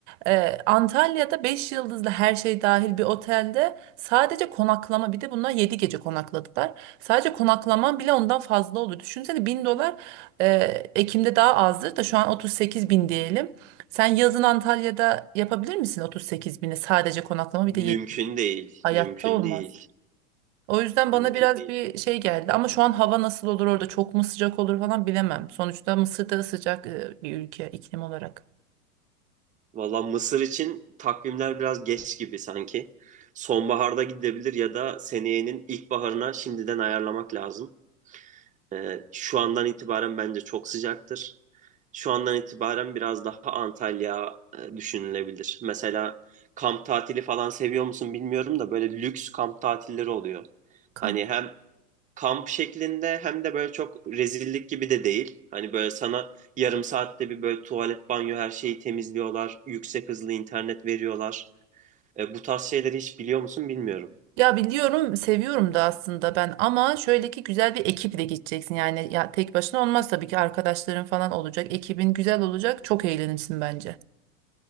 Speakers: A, on the right; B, on the right.
A: Ee, Antalya'da 5 yıldızlı her şey dahil bir otelde sadece konaklama bir de bunlar 7 gece konakladılar. Sadece konaklaman bile ondan fazla olur. Düşünsene bin dolar e, Ekim'de daha azdır da şu an 38 bin diyelim. Sen yazın Antalya'da yapabilir misin 38 bini sadece konaklama
B: Mümkün
A: bir de yedi
B: değil,
A: hayatta
B: mümkün
A: olmaz.
B: değil,
A: O yüzden bana
B: mümkün
A: biraz
B: değil.
A: bir şey geldi ama şu an hava nasıl olur orada çok mu sıcak olur falan bilemem. Sonuçta Mısır da sıcak e, bir ülke iklim olarak.
B: Valla Mısır için takvimler biraz geç gibi sanki. Sonbaharda gidebilir ya da seneyenin ilkbaharına şimdiden ayarlamak lazım. Ee, şu andan itibaren bence çok sıcaktır. Şu andan itibaren biraz daha Antalya e, düşünülebilir. Mesela kamp tatili falan seviyor musun bilmiyorum da böyle lüks kamp tatilleri oluyor.
A: Ka-
B: Hani hem kamp şeklinde hem de böyle çok rezillik gibi de değil. Hani böyle sana yarım saatte bir böyle tuvalet, banyo her şeyi temizliyorlar. Yüksek hızlı internet veriyorlar. E, bu tarz şeyleri hiç biliyor musun bilmiyorum.
A: Ya biliyorum seviyorum da aslında ben ama şöyle ki güzel bir ekiple gideceksin yani ya tek başına olmaz tabii ki arkadaşların falan olacak ekibin güzel olacak çok eğlenirsin bence.